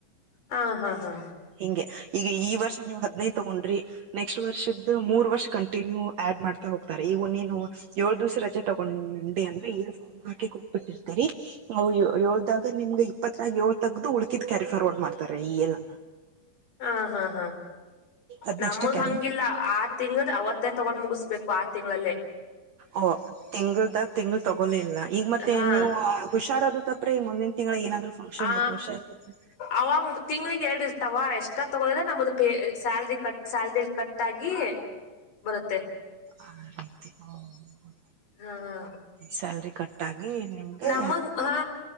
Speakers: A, on the left (about 65°); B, on the right (about 75°).
A: ಹಾ ಹಾ ಹಾ
B: ಹಿಂಗೆ ಈಗ ಈ ವರ್ಷ ನೀವು ಹದ್ನೈದು ತಗೊಂಡ್ರಿ ನೆಕ್ಸ್ಟ್ ವರ್ಷದ್ದ ಮೂರ್ ವರ್ಷ ಕಂಟಿನ್ಯೂ ಆಡ್ ಮಾಡ್ತಾ ಹೋಗ್ತಾರೆ ಇವು ನೀನು ಏಳ್ ದಿವಸ ರಜೆ ತಗೊಂಡೆ ಅಂದ್ರೆ ಏಳು ಸಾಟ ಕೊೋಗ್ಬಿಟ್ಟಿರ್ತರಿ ಹ ಏಳ್ದಾಗ ನಿಮ್ಗೆ ಇಪ್ಪತ್ತನಾಗ ಏಳ್ ತಗ್ದು ಉಳಕಿದ್ ಕ್ಯಾರಿ ಫಾರ್ವರ್ಡ್ ಮಾಡ್ತಾರೆ ಈಲ್ಲ
A: ಹಾ ಹಾ ಹಾ
B: ಅದ್ನ
A: ನಮಗ್
B: ಅಷ್ಟೇ ಕ್ಯಾರಿ
A: ಹಂಗಿಲ್ಲ ಆ ತಿಂಗಂ ಅವತ್ತೇ ತಗೊಂಡ್ ಮುಗಿಸ್ಬೇಕು ಆ ತಿಂಗಳಲ್ಲೇ
B: ಓ ತಿಂಗಳದಾಗ ತಿಂಗಳ ತಗೋಲೇ ಇಲ್ಲ ಈಗ ಮತ್ತೆ
A: ಹಾ
B: ನೀವು ಹುಷಾರಾದಪ್ಪ ಅ ಮುಂದಿನ ತಿಂಳ ಏನಾದ್ರುಫಂಕ್ಷನ್
A: ಆ
B: ಬ ಹೋರ್ಷ ಇರ್ತತ್ರಿ
A: ಅವಾಗ ತಿಂಗ್ಳಿಗೆ ಎರಡ್ ಇರ್ತಾವ ಎಷ್ಟ್ರಾ ತಗೋದ್ರೆ ನಮ್ದ ಸಲ್ರಿ ಕಟ್ ಸ್ಯಾಲ್ರಿಲ್ಲಿ ಕಟ್ ಕಟ್ ಆಗಿ ಬರುತ್ತೆ
B: ಆ ರೀತಿ ಹ್ಮ
A: ಹಾ
B: ಸ್ಯಾಲ್ರಿ ಕಟ್ ಆಗಿ ನಿಮ್ಗೆ
A: ನಮಗ್ ಹಾ